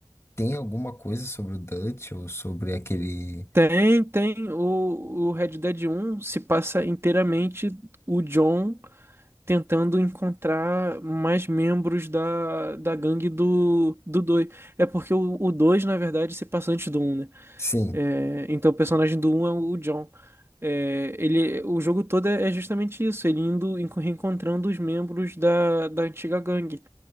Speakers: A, on the left (about 30°); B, on the right (about 25°).
A: Tem alguma coisa sobre o Dutch ou sobre aquele.
B: Tem, tem. O, o Red Dead 1 se passa inteiramente o John. tentando encontrar mais membros da, da gangue do, do dois É porque o, o 2, na verdade, se passa antes do um né?
A: Sim,
B: É, então o personagem do um é o John. É, ele, o jogo todo é é justamente isso, ele indo enco- reencontrando os membros da, da antiga gangue.